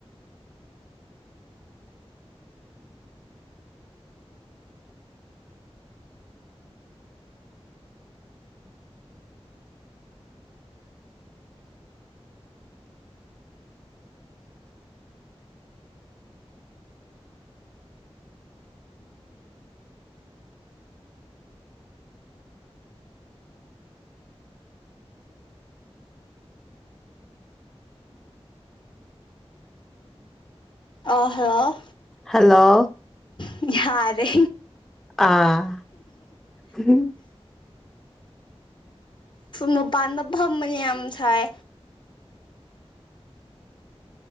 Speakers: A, on the left; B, in the centre.
A: ꯑꯍꯣ
B: ꯍꯜꯂꯣ
A: ꯌꯥꯔꯦ
B: ꯑꯥ ꯎꯝ
A: ꯃꯄꯥꯟꯗ ꯐꯝꯕꯅꯦ ꯌꯥꯝ ꯁꯥꯏ